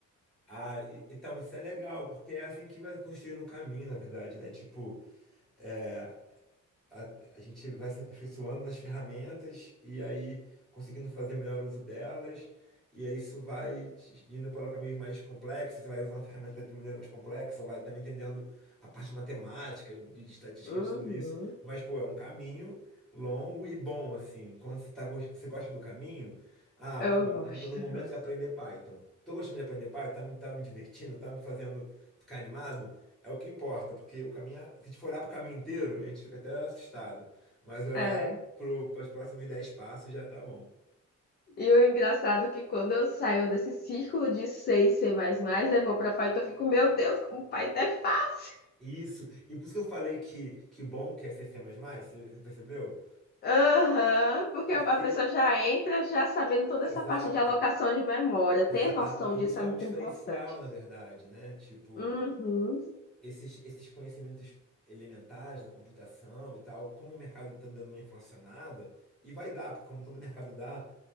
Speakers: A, in the centre; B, on the left.
A: Ah, e- então isso é legal, porque é assim que vai construindo o caminho, na verdade, né? Tipo, é, a, a gente vai se aperfeiçoando nas ferramentas e aí conseguindo fazer melhor uso delas. E aí isso vai indo para caminhos mais complexos, você vai usando a ferramenta de maneira mais complexa, vai também entendendo a parte matemática, de, de estatística,
B: Uhum,
A: de tudo isso. Mas, pô, é um caminho longo e bom, assim. Quando você, tá, gos- você gosta do caminho, ah,
B: eu
A: pô, então
B: gosto.
A: tô no momento
B: <laughs> Nossa.
A: de aprender Python. Tô gostando de aprender Python, tá me, tá me divertindo, tá me fazendo ficar animado. É o que importa, porque o caminho, se a gente for olhar pro caminho inteiro, a gente fica até assustado. Mas olhar
B: É.
A: para os próximos dez passos já tá bom.
B: E o engraçado é que quando eu saio desse círculo de C e C++, eu vou pra Python, eu fico, meu Deus, como Python é fácil.
A: Isso, e por isso que eu falei que, que bom que é C++, C++, você você percebeu?
B: Aham, porque
A: Porque,
B: a pessoa já entra já sabendo toda
A: exato,
B: essa parte de alocação de memória. Ter
A: exato,
B: noção
A: e
B: disso
A: isso
B: é
A: é
B: muito
A: um diferencial,
B: importante.
A: na verdade, né? Tipo,
B: Uhum.
A: esses, esses conhecimentos elementares da computação e tal, como o mercado tá dando uma inflacionada, e vai dar, porque como todo mercado dá,